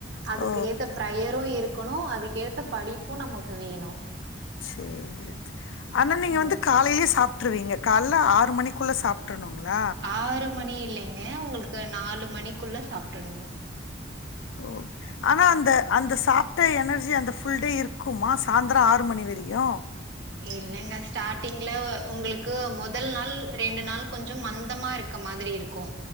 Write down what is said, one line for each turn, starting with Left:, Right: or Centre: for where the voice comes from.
Right: அதுக்கு
Left: ஓ
Right: ஏத்த ப்ரயரு இருக்கனு அதுக்கு ஏத்த படிப்பு நம்ளுக்கு வேணு
Left: சேரி ஆனா நீங்க
Right: ம்
Left: வந்து காலேலயே சாப் ட்ரு கால்ல ஆறு மணிக்குள்ள சாப்ட்டுருணுங்களா
Right: ஆறு மணி இல்லைங்க ஒங்களுக்கு நாலு மணிக்குள்ளே சாப்ட்டுர்னு
Left: ஓக் ஆனா அந்த அந்த சாப்ட எனர்ஜி அந்த ஃபுல் டே இருக்குமா சாந்திர ஆறு மணி வரையு
Right: இல்லங்க ஸ்டார்ட்டிங்ல உ உங்களுக்கு முதல் நாள் ரெண்டு நாள் கொஞ்சோ மந்தமா ருக் க மாதிரி இருக்கு